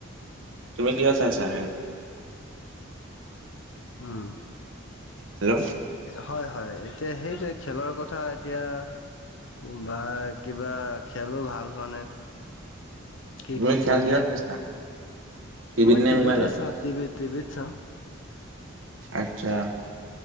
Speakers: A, on the right; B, on the left.
A: তুমি কিহত চাইছা খেল?
B: উম।
A: হেল্ল'
B: হয়, হয়, হেইটোৱেই খেলৰ কথা এতিয়া বা পুৰা খেলো ভাল হোৱা নাই। ক্ৰিকেট
A: তুমি খেল
B: ইণ্ডিয়া
A: কিহত চাইছা? টিভিত
B: মই
A: নে
B: টিভিতে
A: মোবাইলত?
B: চাওঁ, টিভি-টিভিত চাওঁ।
A: আৰ্টচা!